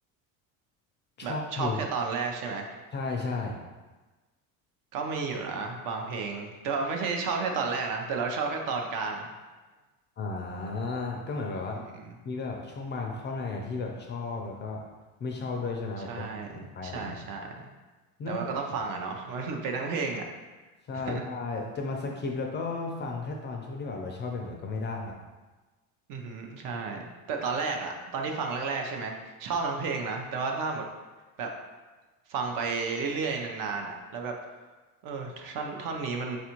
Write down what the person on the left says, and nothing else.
ชอบเพลง
ใช่ใช่
อ่าก็เหมือนแบบว่า
มีแบบช่วงบางข้อในอะที่แบบชอบแล้วก็ไม่ชอบด้วยใช่ไหมแบบปนกันไปอะไร
เนาะ
ใช่ใช่จะมาสคิปแล้วก็ฟังแค่ตอนช่วงที่แบบเราชอบอย่างเดียวก็ไม่ได้